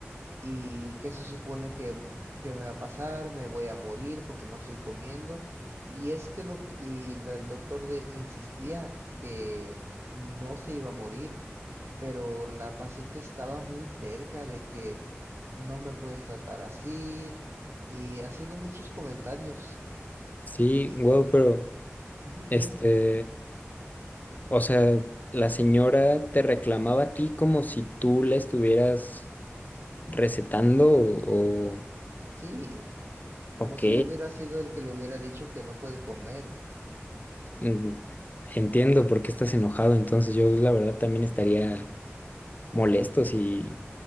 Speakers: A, on the right; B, on the left.
A: y qué se supone que, que me va a pasar, me voy a morir porque no estoy comiendo. Y es que lo, y lo- el doctor de, insistía que no se iba a morir, pero la paciente estaba muy terca de que no me puedes tratar así y haciendo muchos comentarios.
B: sí,
A: Y,
B: wow, pero
A: ujú,
B: este,
A: dime,
B: o sea, la señora te reclamaba a ti como si tú la estuvieras recetando o, o-
A: sí, como
B: ok,
A: si yo hubiera sido el que le hubiera dicho que no puede comer.
B: mm, entiendo por qué estás enojado, entonces yo la verdad también estaría molesto si,